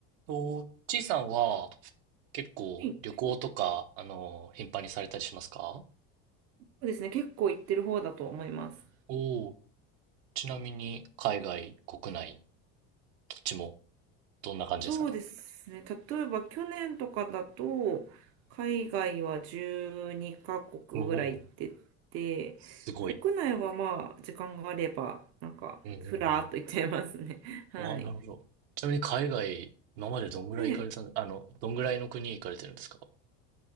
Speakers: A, on the right; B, on the right.
A: と、ちいさんは結構旅行とか、
B: い
A: あの、頻繁にされたりしますか
B: そうですね。結構行ってる方だと思います。
A: おおー、ちなみに海外、国内、どっちもどんな感じですかね
B: そうですね。例えば去年とかだと、海外は12カ国ぐらい行ってて、
A: おおー、すごい。
B: 国内はまあ、時間があれば、なんか、
A: うんうんうん。
B: ふらーっと行っちゃいますね。<laughs> はい。
A: わあ、なるほど。ちなみに海外、今までどんぐらい行かれたのあの、
B: で
A: どんぐらいの国行かれてるんですか